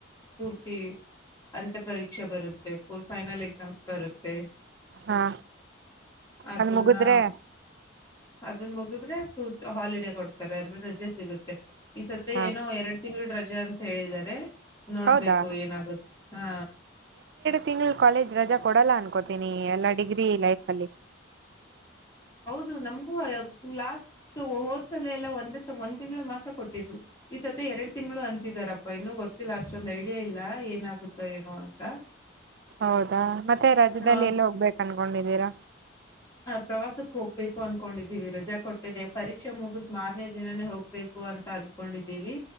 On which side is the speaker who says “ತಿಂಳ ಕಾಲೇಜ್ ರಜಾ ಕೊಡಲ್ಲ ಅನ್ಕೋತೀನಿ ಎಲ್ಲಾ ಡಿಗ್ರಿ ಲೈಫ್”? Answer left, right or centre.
Right